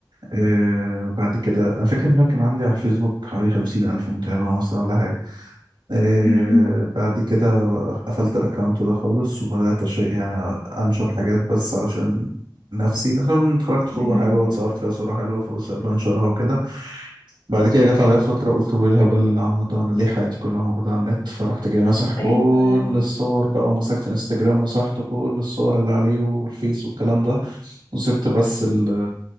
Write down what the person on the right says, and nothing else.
آه بعد كده أنا فاكر إن أنا كان عندي على الفيسبوك حوالي خمسين ألف متابع مثلا ولا حاجة آه
بعد كده قفلت الأكونت ده خالص وبدأت أش- يعني أنشر حاجات بس علشان نفسي مثلا اتخرجت خروجة
حلوة اتصورت فيها صورة حلوة فبنشرها وكده بعد كده جت عليا فترة قلت هو ايه الهبل اللي انا عامله ده انا ليه حياتي كلها موجودة على النت فرحت جاي ماسح كل
الصور بقى ومسكت انستجرام مسحت كل الصور اللي عليه والفيس والكلام ده وسبت بس ال